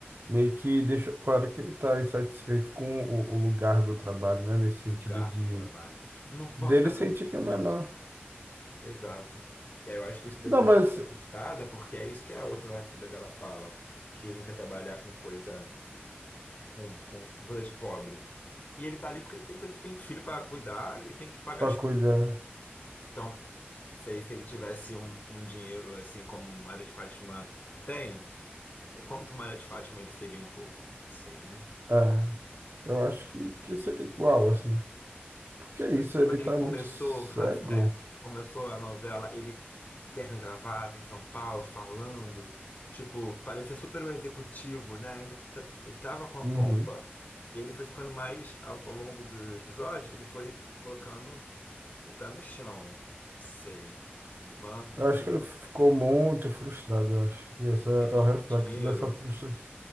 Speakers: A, on the right (about 65°); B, on the left (about 45°).
A: meio que deixou claro que ele está insatisfeito com o, o lugar do trabalho, né? Nesse sentido
B: Lugar
A: de
B: do trabalho. Não posso
A: dele
B: trabalhar
A: sentir
B: com documentos.
A: que é menor.
B: Exato. E aí eu acho que isso depois
A: Não, mas
B: de registrada, porque é isso que a outra filha dela fala, que não quer trabalhar com coisa, com com- com coisa de pobre. E ele tá ali porque ele tem, ele tem filho para cuidar e tem que pagar
A: para
B: as
A: cuidar,
B: contas. Então, sei se ele tivesse um, um dinheiro assim como Maria de Fátima tem, o quanto Maria de Fátima ele seria um pouco. Sim.
A: ah, eu acho que, que seria igual, assim. Porque é
B: Você
A: isso,
B: lembra
A: ele
B: que
A: tá
B: ele começou
A: muito cego.
B: a, é, começou a novela, ele de terno e gravata em São Paulo, falando, tipo, parecia super um executivo, né? Ainda tá- ele tava com a
A: Uhum.
B: pompa. E ele foi ficando mais ao longo do episódio, ele foi colocando O pé no chão, sei. Ivan, não
A: Eu acho
B: sei.
A: que ele ficou muito frustrado, eu acho. E esse é o
B: Ivan
A: reflexo
B: com dinheiro.
A: dessa frustração,